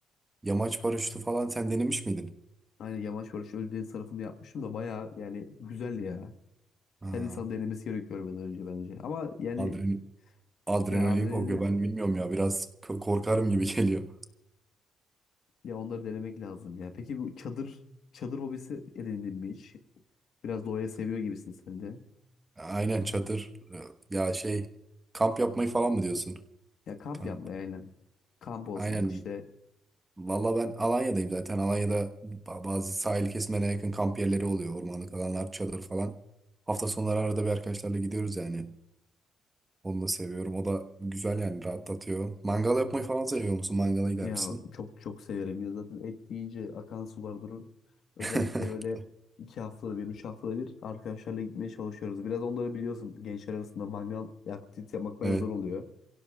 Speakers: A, on the right; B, on the left.
A: yamaç paraşütü falan sen denemiş miydin?
B: Aynen yamaç paraşütü Ölüdeniz tarafında yapmıştım da bayağı yani güzel ya.
A: Ha,
B: Her insan denemesi gerekiyor benden önce bence. Ama yani
A: adren, adrenalin
B: ya adrenalin
A: kokuyor ben bilmiyorum ya biraz k- korkarım gibi <laughs> geliyor.
B: Ya onları denemek lazım ya. Peki bu çadır çadır hobisi edindin mi hiç? Biraz doğayı seviyor gibisin sen de.
A: Aynen çadır. Ya şey kamp yapmayı falan mı diyorsun?
B: Ya kamp
A: Kamp.
B: yapmaya aynen. Kamp olsun
A: Aynen.
B: işte.
A: Valla ben Alanya'dayım zaten. Alanya'da ba- bazı sahil kesimlerine yakın kamp yerleri oluyor. Ormanlık alanlar, çadır falan. Hafta sonları arada bir arkadaşlarla gidiyoruz yani. Onu da seviyorum. O da güzel yani rahatlatıyor. Mangal yapmayı falan seviyor musun? Mangala gider
B: Ya
A: misin?
B: çok çok severim ya zaten et deyince akan sular durur. Özellikle
A: <laughs>
B: böyle iki haftada bir, üç haftada bir arkadaşlarla gitmeye çalışıyoruz. Biraz onları biliyorsun gençler arasında mangal aktivite yapmak bayağı
A: Evet.
B: zor oluyor.